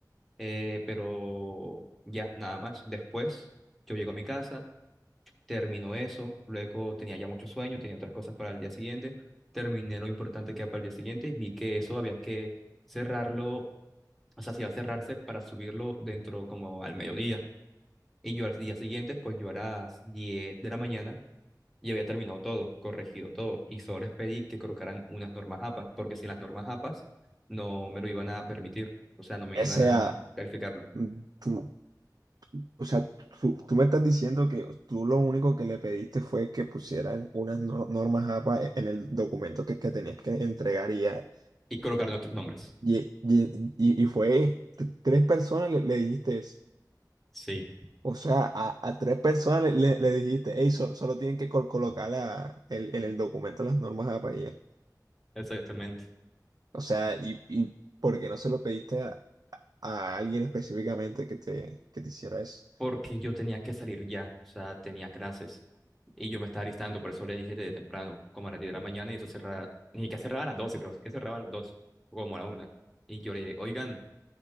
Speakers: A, in the centre; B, on the right.
A: Eh, pero ya, nada más. Después, yo llego a mi casa, termino eso, luego tenía ya mucho sueño, tenía otras cosas para el día siguiente, terminé lo importante que era para el día siguiente, vi que eso había que cerrarlo, o sea, si iba a cerrarse para subirlo dentro como al mediodía. Y yo al día siguiente, pues yo a las 10 de la mañana y había terminado todo, corregido todo, y solo les pedí que colocaran unas normas APAS, porque sin las normas APAS no me lo iban a permitir, o sea, no me
B: O
A: iban
B: sea,
A: a calificarlo,
B: mm, tú- O sea, tú, tú me estás diciendo que tú lo único que le pediste fue que pusieran unas no- normas APA e- en el documento que, que tenías que entregar y ya.
A: y colocar nuestros nombres.
B: Y, y- y- y fue t- tres personas le, le dijiste eso.
A: Sí,
B: O sea, a, a tres personas le, le- le dijiste, hey, solo, solo tienen que col- colocar la- el- en el documento las normas APA y ya".
A: exactamente,
B: O sea, y, y ¿por qué no se lo pediste a, a alguien específicamente que te, que te hiciera eso?
A: porque yo tenía que salir ya, o sea, tenía clases, y yo me estaba alistando, por eso le dije desde temprano, como a las 10 de la mañana, y eso cerraba, ni que cerraba a las 12, creo, que cerraba a las 2, como a la una y yo le dije, oigan,